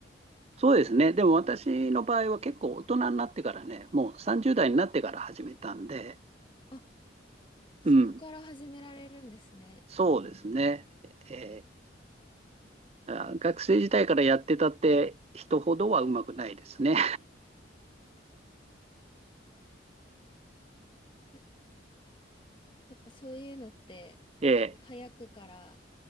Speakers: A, on the right (about 35°); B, on the left (about 25°).
A: そうですね。でも私の場合は結構大人になってからね、もう30代になってから始めたんで、
B: あ、そこから始められるんですね。
A: うん、そうですね。えーあ学生時代からやってたって人ほどはうまくないですね。
B: や <laughs> やっぱそういうのって、
A: <laughs>
B: 早くから
A: え